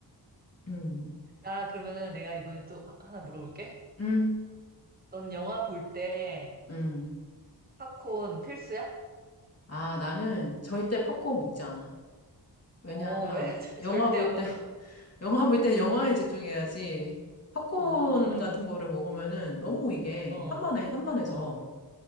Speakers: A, on the left (about 35°); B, on the right (about 20°).
A: 음.
B: 나 그러면은 내가 이번에 또 하나 물어볼게.
A: 음.
B: 너는 영화 볼 때
A: 음.
B: 팝콘 필수야?
A: 아, 나는 절대 팝콘 먹지 않아. 왜냐하면
B: 어, 왜? <laughs>
A: 영화
B: 절- 절대
A: 볼때
B: 안 먹어.
A: 영화 볼 때 영화에 집중해야지. 팝콘
B: 어,
A: 같은 거를 먹으면은 너무 이게
B: 어,
A: 산만해, 산만해져.
B: 어.